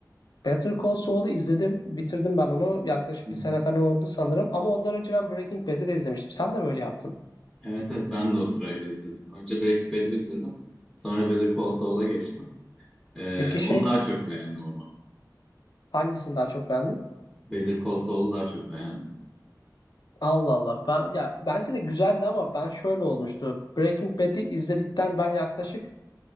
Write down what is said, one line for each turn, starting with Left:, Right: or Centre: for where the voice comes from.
Left: Better Call Saul'u izledim. Bitirdim ben onu. Yaklaşık
Centre: Hı
Left: bir
Centre: hı.
Left: sene falan oldu sanırım. Ama ondan önce ben Breaking Bad'i de izlemiştim. Sen de mi öyle yaptın?
Centre: Evet evet ben de o sırayla izledim. Önce Breaking Bad'i bitirdim. Sonra Better Call Saul'a geçtim. E,
Left: Peki
Centre: onu
Left: şey
Centre: daha çok beğendim ama.
Left: hangisini daha çok beğendin?
Centre: Better Call Saul'u daha çok beğendim.
Left: Allah Allah. Ben, ya, bence de güzeldi ama ben şöyle olmuştu. Breaking Bad'i izledikten ben yaklaşık